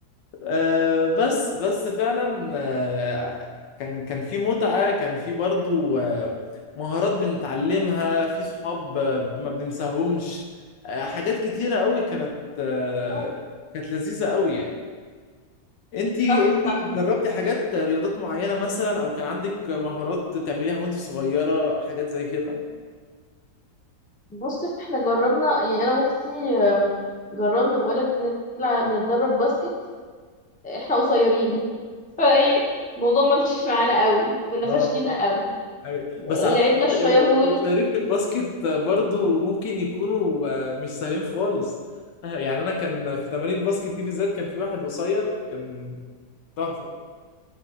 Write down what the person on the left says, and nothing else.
آه، بس بس فعلا آه، كان كان في متعة كان في برضو آه، مهارات بنتعلمها في صحاب آه، ما بننساهمش آه، حاجات كتيرة قوي كانت آه،
كانت لذيذة قوي يعني انتي
انتي
جربتي حاجات رياضات معينة مثلا او كان عندك مهارات بتعمليها وانتي صغيرة حاجات زي كده
اه
أيوة. بس على
فكرة
ال-
ال- الصيادين في الباسكت برضو ممكن يكونوا آه، مش سهلين خالص آه، يعني أنا كان في تمارين الباسكت دي بالذات كان في واحد قصير كان تحفة